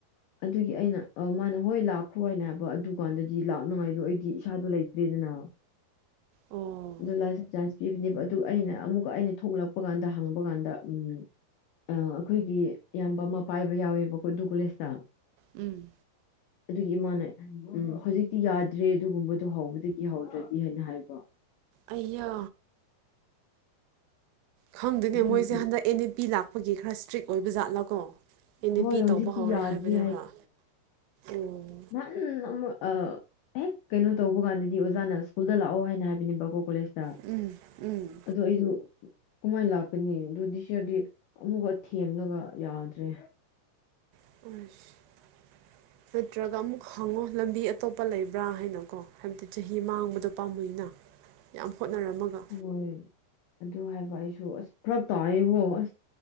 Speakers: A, on the left (about 85°); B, on the right (about 80°).
A: ꯑꯗꯨꯒꯤ ꯑꯩꯅ ꯑ ꯃꯥꯅ ꯍꯣꯏ ꯂꯥꯛꯈ꯭ꯔꯣ ꯍꯥꯏꯅ ꯍꯥꯏꯕ ꯑꯗꯨ ꯀꯥꯟꯗꯗꯤ ꯂꯥꯛꯅꯉꯥꯏꯗꯣ ꯑꯩꯗꯤ ꯏꯁꯥꯗꯣ ꯂꯩꯇ꯭ꯔꯦꯗꯅ꯫
B: ꯑꯣ
A: ꯖꯨꯂꯥꯏꯗ ꯆꯥꯟꯁ ꯄꯤꯕꯅꯦꯕ ꯑꯗꯨ ꯑꯩꯅ ꯑꯃꯨꯛꯀ ꯑꯩꯅ ꯊꯣꯛꯂꯛꯄ ꯀꯥꯟꯗ ꯍꯪꯕ ꯀꯥꯟꯗ ꯎꯝ ꯑ ꯑꯩꯈꯣꯏꯒꯤ ꯏꯌꯥꯝꯕ ꯑꯃ ꯄꯥꯏꯕ ꯌꯥꯎꯋꯦꯕꯀꯣ ꯗꯨ ꯀꯣꯂꯦꯁꯇ꯫
B: ꯑꯝ꯫
A: ꯑꯗꯨꯒꯤ ꯏꯃꯥꯅ ꯎꯝ ꯍꯧꯖꯤꯛꯇꯤ ꯌꯥꯗ꯭ꯔꯦ ꯑꯗꯨꯒꯨꯝꯕꯗ ꯍꯧꯕꯗꯒꯤ ꯍꯧꯗ꯭ꯔꯗꯤ ꯍꯥꯏꯅ ꯍꯥꯏꯕ
B: ꯑꯩꯌꯥ ꯈꯪꯗꯦꯅꯦ
A: ꯑꯗꯨꯒꯤ
B: ꯃꯣꯏꯖꯦ ꯍꯟꯗꯛ ꯑꯦꯟ ꯢ ꯄꯤ ꯂꯥꯛꯄꯒꯤ ꯈꯔꯥ ꯏꯁꯇ꯭ꯔꯤꯛ ꯑꯣꯏꯕ ꯖꯥꯠꯂꯥ ꯀꯣ ꯑꯦꯟ
A: ꯍꯣꯏ
B: ꯏ ꯄꯤ
A: ꯍꯧꯖꯤꯛꯇꯤ
B: ꯇꯧꯕ ꯍꯧꯔꯦ
A: ꯌꯥꯗ꯭ꯔꯤ
B: ꯍꯥꯏꯕꯅꯦꯕ ꯎꯝ
A: ꯃꯨꯟ ꯅ ꯑꯃꯨꯔꯛ ꯑꯥ ꯍꯦꯛ ꯀꯩꯅꯣ ꯇꯧꯕ ꯀꯥꯟꯗꯗꯤ ꯑꯣꯖꯥꯅ ꯁ꯭ꯀꯨꯜꯗ ꯂꯥꯛꯑꯣ ꯍꯥꯏꯅ ꯍꯥꯏꯕꯅꯦꯕꯀꯣ ꯀꯣꯂꯦꯖ
B: ꯎꯝ ꯎꯝ
A: ꯑꯗꯨ ꯑꯩꯗꯨ ꯀꯃꯥꯏꯅ ꯂꯥꯛꯀꯅꯤ ꯑꯗꯨ ꯇꯤꯆꯔꯗꯤ ꯑꯃꯨꯛꯀ ꯊꯦꯝꯂꯒ ꯌꯥꯗ꯭ꯔꯦ꯫
B: <unintelligible> ꯅꯠꯇ꯭ꯔꯒ ꯑꯃꯨꯛ ꯍꯪꯉꯣ ꯂꯝꯕꯤ ꯑꯇꯣꯞꯄ ꯂꯩꯕ꯭ꯔꯥ ꯍꯥꯏꯅꯀꯣ ꯍꯥꯏꯕꯗꯤ ꯆꯍꯤ ꯃꯥꯡꯕꯗꯣ ꯄꯥꯝꯃꯨꯏꯅ꯫ ꯌꯥꯝ ꯍꯣꯠꯅꯔꯝꯃꯒ꯫
A: ꯍꯣꯏ ꯑꯗꯨ ꯍꯥꯏꯕ ꯑꯩꯁꯨ ꯑꯁ ꯐꯔꯛ ꯇꯥꯌꯦꯕꯣ ꯑꯁ